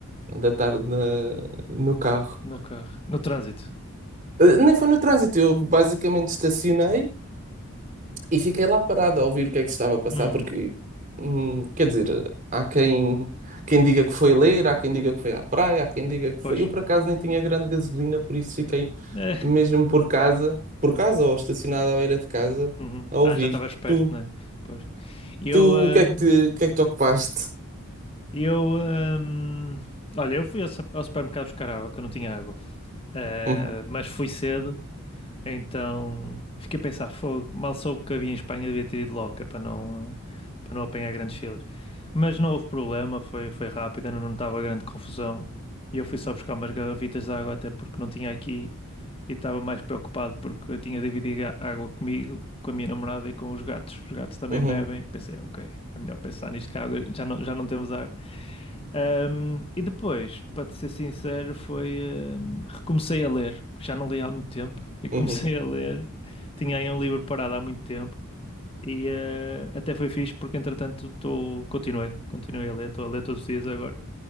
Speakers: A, on the right; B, on the left.
A: da tarde na- no carro.
B: No carro. No trânsito.
A: Eh, nem foi no trânsito, eu basicamente estacionei E fiquei lá parado a ouvir o que é que se estava a passar,
B: Hum.
A: porque, hum, quer dizer, há quem, quem diga que foi ler, há quem diga que foi à praia, há quem diga que foi.
B: Pois.
A: Eu, por acaso, nem tinha grande gasolina, por isso fiquei
B: <laughs>
A: mesmo por casa, por casa ou estacionado à beira de casa,
B: Uhum.
A: a ouvir.
B: Ah, já estava esperto,
A: Tu,
B: né? Pois. Eu,
A: tu,
B: ah,
A: o que é que te, o que é que te ocupaste?
B: eu, ah, olha, eu fui ao su- ao supermercado buscar água, que eu não tinha água. Ah,
A: Uhum,
B: mas fui cedo, então fiquei a pensar, fogo, mal soube que havia em Espanha, devia ter ido logo, que é para não, ah, para não apanhar grandes filas. Mas não houve problema, foi, foi rápido, ainda não estava grande confusão. E eu fui só buscar umas garrafitas de água, até porque não tinha aqui e estava mais preocupado porque eu tinha dividido a água comigo, com a minha namorada e com os gatos. Os gatos também
A: uhum,
B: bebem. Pensei, ok, é melhor pensar nisto que a água, já não, já não temos água. Ahm, e depois, para te ser sincero, foi. ahm, recomecei a ler, porque já não li há muito tempo, e comecei
A: uhum,
B: a ler. Tinha aí um livro parado há muito tempo. E eh, até foi fixe porque entretanto tô, continuei, continuei a ler, estou a ler todos os dias agora.